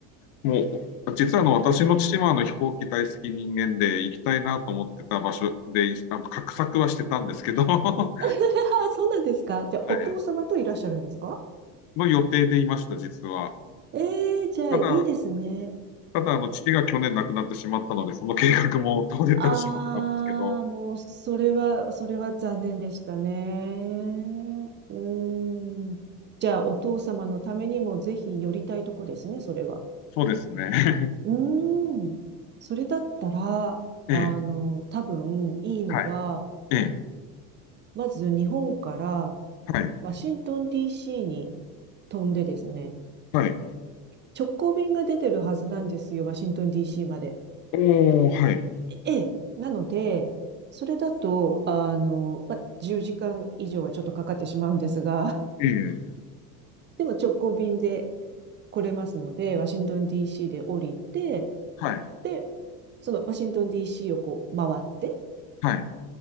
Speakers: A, on the left (about 50°); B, on the right (about 25°).
A: もう、実はあの私の父はあの飛行機大好き人間で行きたいなと思ってた場所で、あの画策はしてたんですけど、<laughs> は
B: <laughs> あ、そうなんですか。じゃあ、お父様といらっしゃるんですか
A: いの予定でいました、実は。
B: ええじゃあ、
A: ただ、
B: いいですね。
A: ただあの父が去年亡くなってしまったので、その計画も途絶てしまったんですけど、
B: ああ、もう、それは、それは残念でしたね。うーん。じゃあ、お父様のためにもぜひ寄りたいとこですね、それは。
A: そうですね。
B: うーん。それだったら、
A: <laughs> ええ、
B: あの、多分、いいのは、
A: はい、ええ、
B: まず日本から
A: はい、
B: ワシントン DC に飛んでですね、
A: はい。
B: 直行便が出てるはずなんですよ、ワシントン DC まで。
A: おー、はい、
B: ええ、なので、それだと、あの、まあ、10時間以上はちょっとかかってしまうんですが、
A: ええ、
B: <laughs> でも直行便で来れますので、ワシントン DC で降りて、
A: はい、
B: で、そのワシントン DC をこう回って、
A: はい、